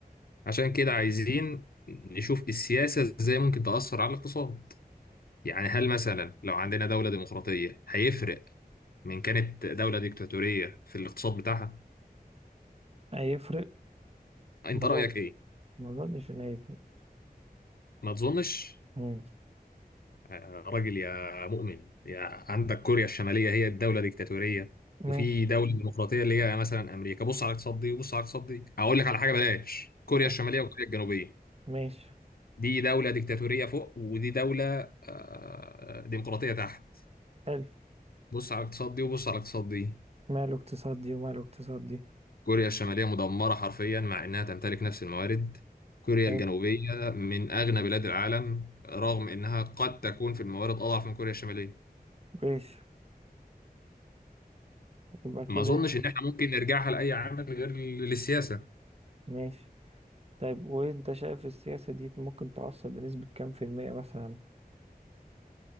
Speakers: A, on the left; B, on the right.
A: عشان كده عايزين نشوف السياسة إزاي ممكن تأثر على الاقتصاد يعني هل مثلا لو عندنا دولة ديمقراطية هيفرق من كانت دولة ديكتاتورية في الاقتصاد بتاعها؟
B: هيفرق ما
A: أنت
B: اظن
A: رأيك إيه؟
B: ما اظنش ان هيفرق
A: ما تظنش
B: مم.
A: آه، راجل يا مؤمن يا عندك كوريا الشمالية هي الدولة ديكتاتورية
B: ماشي
A: وفي دولة ديمقراطية اللي هي مثلا أمريكا بص على الاقتصاد دي وبص على الاقتصاد دي أقول لك على حاجة بلاش كوريا
B: ماشي
A: الشمالية وكوريا الجنوبية
B: ماشي
A: دي دولة ديكتاتورية فوق ودي دولة آه، ديمقراطية تحت
B: حلو
A: بص على الاقتصاد دي وبص على الاقتصاد دي
B: ماله اقتصاد دي وماله اقتصاد دي
A: كوريا الشمالية مدمرة حرفيا مع إنها تمتلك نفس الموارد كوريا
B: حلو
A: الجنوبية من أغنى بلاد العالم رغم إنها قد تكون في الموارد أضعف من كوريا الشمالية
B: ماشي يبقى كده
A: ما أظنش إن إحنا ممكن نرجعها لأي عامل غير للسياسة
B: ماشي طيب وانت شايف السياسة دي ممكن توصل بنسبة كام في المية مثلا